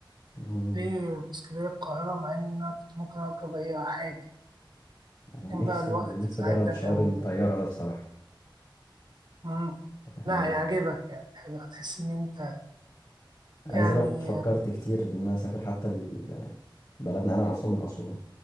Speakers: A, on the left (about 50°); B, on the right (about 60°).
A: مم.
B: ليه اسكندرية القاهرة مع إن أنا كنت ممكن أركب أي حاجة
A: أنا
B: كان
A: نفسي
B: بقى الوقت
A: نفسي
B: ساعتها
A: اجرب شعور
B: كان
A: الطياره ده بصراحه
B: مم. لا
A: مم.
B: هيعجبك يعني حلو هتحس إن أنت
A: عايز
B: يعني
A: اقول لك فكرت كتير ان انا اسافر حتى ال- بلدنا انا اصلا من اسوان